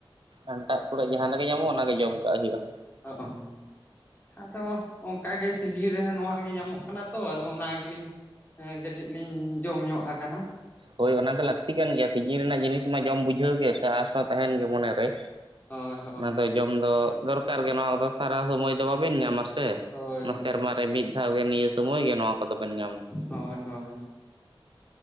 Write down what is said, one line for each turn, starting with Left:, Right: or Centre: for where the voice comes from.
Right: ᱟᱱᱴᱟᱜ ᱠᱩᱲᱟᱹᱜ ᱡᱟᱦᱟᱸ ᱱᱟᱜ ᱜᱮ ᱧᱟᱢᱚᱜ ᱚᱱᱟᱜᱮ ᱡᱚᱢ ᱠᱟᱜ ᱦᱩᱭᱩᱜᱼᱟ᱾
Left: ᱦᱚᱸᱻ ᱟᱫᱚ ᱚᱱᱠᱟ ᱜᱮ ᱥᱤᱡᱤᱱ ᱨᱮᱦᱚᱸ ᱱᱚᱣᱟ ᱜᱮ ᱧᱟᱢᱚᱜ ᱠᱟᱱᱟ ᱛᱚ, ᱟᱫᱚ ᱚᱱᱟ ᱜᱮᱞᱤᱧ ᱠᱟᱹᱴᱤᱡ ᱞᱤᱧ ᱡᱚᱢ ᱧᱚᱜ ᱟᱠᱟᱱᱟ᱾
Right: ᱦᱳᱭ, ᱚᱱᱟ ᱫᱚ ᱞᱟᱹᱠᱛᱤ ᱠᱟᱱ ᱜᱮᱭᱟ᱾ ᱛᱤᱡᱤ ᱨᱮᱱᱟᱜ ᱡᱤᱱᱤᱥ ᱢᱟ ᱡᱚᱢ ᱵᱩᱡᱷᱟᱹᱣ ᱜᱮ ᱥᱮ ᱟᱸᱥᱟ ᱦᱚᱸ ᱛᱟᱦᱮᱸᱱ ᱜᱮ ᱢᱚᱱᱮ ᱨᱮ᱾
Left: ᱦᱳᱭ ᱦᱳᱭ
Right: ᱚᱱᱟ ᱫᱚ ᱡᱚᱢ ᱫᱚ ᱫᱚᱨᱠᱟᱨ ᱜᱮ, ᱱᱚᱣᱟ ᱠᱚᱫᱚ ᱥᱟᱨᱟ ᱥᱚᱢᱚᱭ ᱫᱚ ᱵᱟᱵᱮᱱ ᱧᱟᱢᱟ᱾ ᱥᱮ
Left: ᱦᱳᱭ
Right: ᱱᱚᱣᱟ
Left: ᱜᱚᱝᱠᱮ
Right: ᱥᱮᱨᱢᱟ ᱨᱮ ᱢᱤᱫ ᱫᱷᱟᱣ ᱜᱮ, ᱱᱤᱭᱟᱹ ᱥᱚᱢᱚᱭ ᱜᱮ, ᱱᱚᱣᱟ ᱠᱚᱫᱚ ᱵᱚᱱ ᱧᱟᱢᱟ᱾
Left: ᱦᱳᱭ ᱦᱳᱭ,